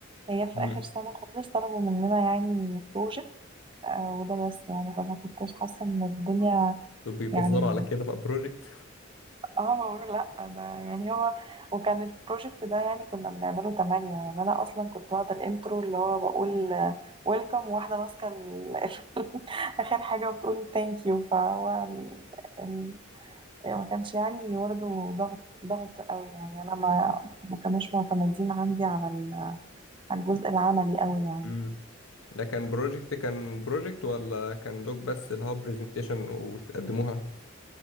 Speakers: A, on the right; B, on the left.
A: هي في
B: مم.
A: آخر سنة خالص طلبوا مننا يعني بروجكت آه، وده بس يعني فما كنتش حاسة ان الدنيا
B: دول بيبزروا
A: يعني
B: على كده بقى بروجكت
A: اه لا ده يعني هو وكان البروجكت ده يعني كنا بنعمله تمانية يعني انا اصلا كنت واخدة الانترو اللي هو بقول ويلكم واحدة ماسكة ال- <laughs> اخر حاجة وبتقول ثانك يو فهو ال... ال... يعني ما كانش يعني برضه ضغط ضغط قوي يعني انا ما ما كانوش معتمدين عندي على ال- على الجزء العملي قوي يعني
B: <laughs> ده كان بروجكت كان بروجكت ولا كان دوك بس اللي هو برزنتيشن وقدموها